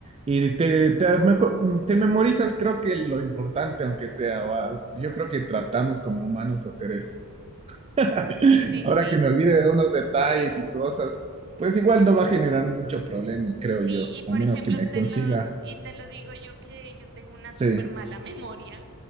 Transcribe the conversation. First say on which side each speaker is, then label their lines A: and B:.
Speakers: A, on the right; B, on the right.
A: y te, te, mejor- te memorizas, creo que lo importante, aunque sea, o al- yo creo que tratamos como humanos hacer eso. <laughs>
B: Sí,
A: Ahora
B: sí.
A: que me olvide de unos detalles y cosas, pues igual no va a generar mucho problema, creo yo,
B: Sí, y por
A: a menos
B: ejemplo,
A: que me
B: te
A: consiga.
B: lo, y te lo digo yo que yo tengo una súper
A: Sí,
B: mala <laughs> memoria,